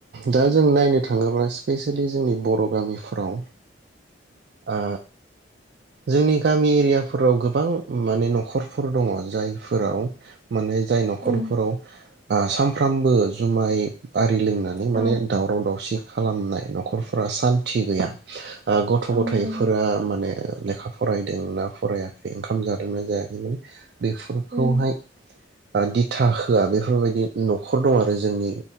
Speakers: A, on the right; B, on the right.
A: दा जों नायनो थाङोब्ला स्पेसिलि जोंनि। बर' गामिफ्राव। आ जोंनि गामि एरियाफोराव गोबां माने न'खरफोर दङ जायफोराव। माने जाय न'खरफोराव
B: उम
A: आ सामफ्रामबो जुमाय आ रि लोंनानै
B: औ
A: माने दावराव दावसि खालामनाय न'खर फ्रा सान्ति गैया। ओ- गथ'
B: औ
A: गथायाइफोरा
B: नंगौ
A: माने। लेखा फरायदों ना फरायाखै? ओंखाम जादोंना जायाखै माने बेफोरखौहाय।
B: उम
A: ओ-दिथा होआ बेफोरबायदि न'खर दं आरो जोंनि